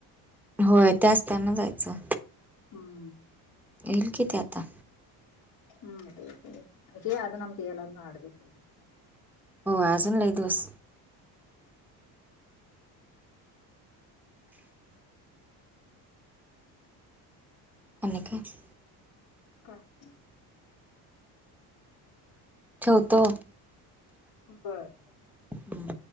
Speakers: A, in the centre; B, on the left.
A: होय त्या असताना जायचं
B: हू हू
A: येईल कि त्या आता
B: हू येतय येतंय येतंय आजुन आमच्या यायला अजून आठ दिवस आहेत
A: हो अजून लई दिवस अनिकेत
B: काय नाही
A: ठेवतो
B: बरं
A: हम्म